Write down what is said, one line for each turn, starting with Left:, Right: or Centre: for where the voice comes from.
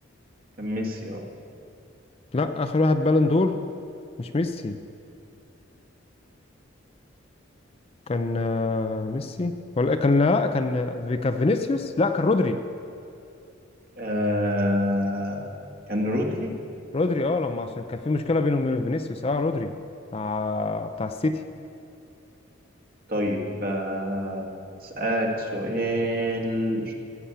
Right: كان ميسي اه
Left: لا اخر واحد بالون دور مش ميسي كان آه، ميسي ولا كان لا كان كان فينيسيوس لا كان رودري
Right: آه، كان رودري
Left: رودري اه لما عشان كان في مشكله بينه وبين فينيسيوس اه رودري بتاع بتاع السيتي
Right: طيب آه، أسألك سؤال